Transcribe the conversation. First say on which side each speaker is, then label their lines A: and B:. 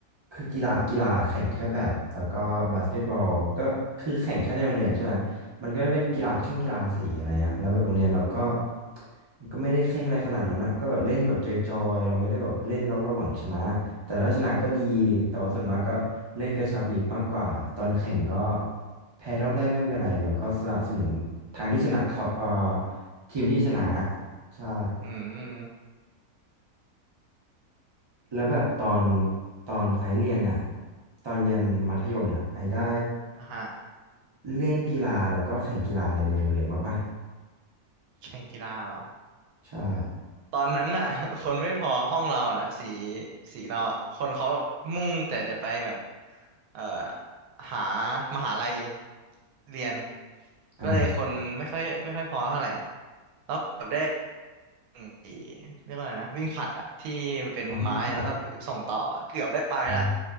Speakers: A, on the right; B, on the right.
A: คือกีฬากีฬาแข่งแค่แบดแล้วก็บาสเกตบอลก็คือแข่งแค่ในโรงเรียนใช่ไหมมันก็เป็นกีฬาช่วงกีฬาสีอะไรเงี้ยแล้วแบบโรงเรียนเราก็มันก็ไม่ได้เคร่งอะไรขนาดนั้นอ่ะก็แบบเล่นแบบจอยๆเราไม่ได้แบบเล่นแล้วเราหวังชนะแต่ถ้าชนะก็ดีแต่ว่าส่วนมากก็เล่นกระชับมิตรมากกว่าตอนแข่งก็แพ้รอบแรกก็ไม่เป็นไรเราก็สนับสนุนทางที่ชนะเขาเอ่อทีมที่ชนะใช่
B: อืม
A: แล้วแบบตอนตอนไอซ์เรียนเนี่ยตอนเรียนมัธยมเนี่ยไอซ์ได้
B: อ่ะฮะ
A: เล่นกีฬาแล้วก็แข่งกีฬาอะไรในโรงเรียนบ้างปะ
B: แข่งกีฬาเหรอ
A: ใช่
B: ตอนนั้นน่ะ <laughs> คนไม่พอห้องเราอ่ะนะสีสีเราอ่ะคนเขามุ่งแต่จะไปแบบเอ่อหามหาลัยเรียน
A: อ่า
B: ก็เลยคนไม่ค่อยไม่ค่อยพอเท่าไหร่แล้วแบบได้ ไอ้เรียกว่าอะไรนะวิ่งผลัดอะที่มันเป็นไม้แล้วก็ส่งต่อเกือบได้ไปละ
A: เอาเพูดก่อน